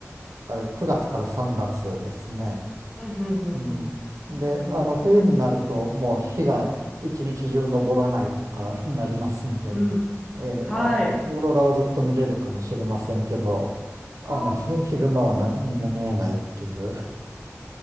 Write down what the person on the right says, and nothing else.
あれ、9月から3月ですね。
うん。
で、
あの、冬になると、もう日が一日中昇らないとか <laughs> になりますので、
ええあの、
オーロラはずっと見れるかもしれませんけど、あの、
ひ昼間は何にも見えないっていう、